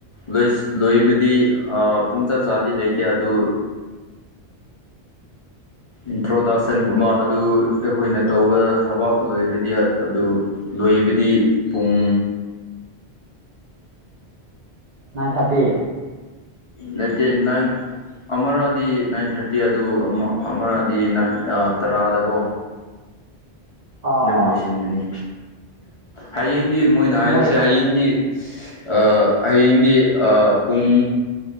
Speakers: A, on the left (about 40°); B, on the right (about 50°).
A: ꯂꯣꯏ ꯂꯣꯏꯕꯗꯤ ꯑꯥ ꯄꯨꯡ ꯆꯞ ꯆꯥꯗꯤ ꯂꯩꯇꯦ ꯑꯗꯨ ꯏꯟꯇ꯭ꯔꯣꯗꯛꯁꯟꯒꯨꯝꯕ ꯑꯗꯨ ꯑꯩꯈꯣꯏꯅ ꯇꯧꯕ ꯊꯥꯕꯛ ꯂꯣꯏꯈ꯭ꯔꯗꯤ ꯑꯗꯨ ꯂꯣꯏꯕꯗꯤ ꯄꯨꯡ
B: ꯅꯥꯏꯟ ꯊꯥꯔꯇꯤ
A: ꯅꯠꯇꯦ ꯅꯥꯏꯟ ꯑꯃꯔꯥꯗꯤ ꯅꯥꯏꯟ ꯊꯥꯔꯇꯤ ꯑꯗꯨ ꯑꯃ ꯑꯃꯔꯗꯤ ꯅꯩ ꯑꯥ ꯇꯔꯥꯗꯀꯣ
B: ꯑꯥ
A: ꯑꯗꯨꯝ
B: ꯑꯥ
A: ꯂꯣꯏꯁꯤꯟꯕꯅꯤ ꯍꯌꯦꯡꯗꯤ ꯃꯣꯏꯅ ꯍꯥꯏꯁꯦ
B: ꯃꯣꯏ
A: ꯍꯌꯦꯡꯗꯤ ꯑꯥ ꯍꯌꯦꯡꯗꯤ ꯑꯥ ꯄꯨꯡ